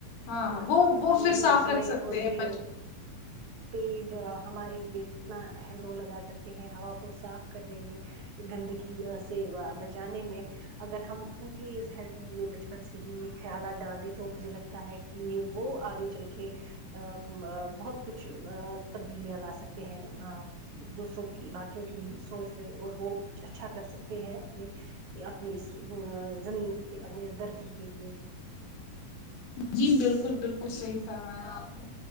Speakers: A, on the left (about 80°); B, on the right (about 70°).
A: ہاں
B: اور
A: وہ وہ پھر
B: جی
A: صاف
B: ہمیں
A: رکھ سکتے
B: اور
A: ہیں
B: یہ
A: بچ
B: پیڑ ہمارے لیے کتنا اہم رول ادا کرتے ہیں ہوا کو صاف کرنے میں گندگی سے بچانے میں اگر ہم ان کے ذہن بچپن سے ہی یہ خیالات ڈال دے تو مجھے لگتا ہے کہ وہ آگے چل کے ا بہت کچھ ا تبدیلیاں لا سکتے ہیں آپ دوسروں کی باقیوں کی بھی سوچ میں اور وہ کچھ اچھا کر سکتے ہیں اپنے اپنی اس ا زمین کے اپنی اس دھرتی کے لیے
A: جی بالکل بالکل صحیح فرمایا آپ نے